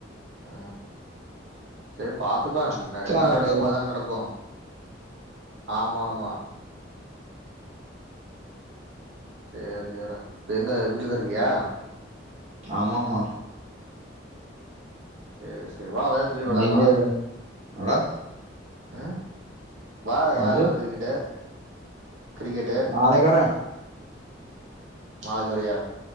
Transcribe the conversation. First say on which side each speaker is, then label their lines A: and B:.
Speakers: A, on the right; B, on the right.
A: ஆ செரி பாத்துக்கலா என்ன
B: பிரச்சன
A: என்ன
B: இருக்கு
A: நடக்குமோ அதான நடக்கு ஆமாமா சேர் சேர்றா இப்ப எங்க வீட்லதா இருக்கியா
B: ஆமாமா
A: சேரி சேரி வாவே கிரிகெட் வெளாட்லா
B: நீங்க என்னடா
A: ம் வாய
B: என்னது
A: வெளால்லா கிரிக்கெட்டு கிரிக்கெட்டு
B: நாளைக்கு வர
A: நாளைக்கு வரியா